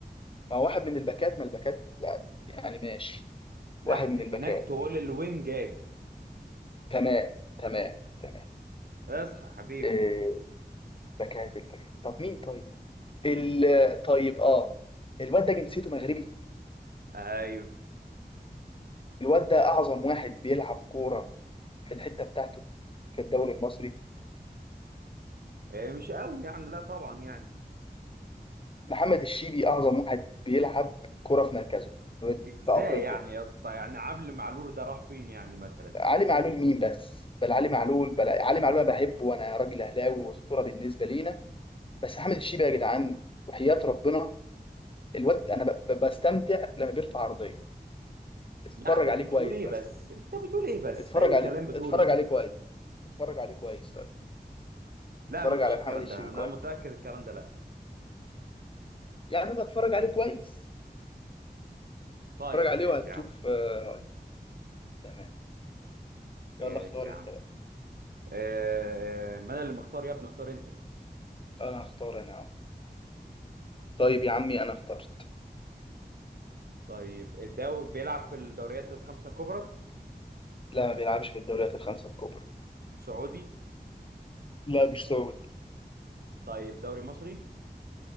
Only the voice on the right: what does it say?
لا
هناك
تقول الوينجات
اصحى يا حبيبي
ايوه
آه مش قوي يعني لا طبعا يعني
ازاي
يعني يا اسطى يعني عبد المعلول ده راح فين يعني مثلا
يا عم
انت
بتقول ايه بس
انت بتقول ايه بس
ده اي
كلام بتقوله
لا
مفيش
الكلام
ده انا
متأكد الكلام ده لا
طيب
ماشي
يا عم
ماشي
يا عم
آه ما انا اللي مختار يا ابني اختار انت
طيب الدوري بيلعب في الدوريات الخمسة الكبرى
سعودي
طيب دوري مصري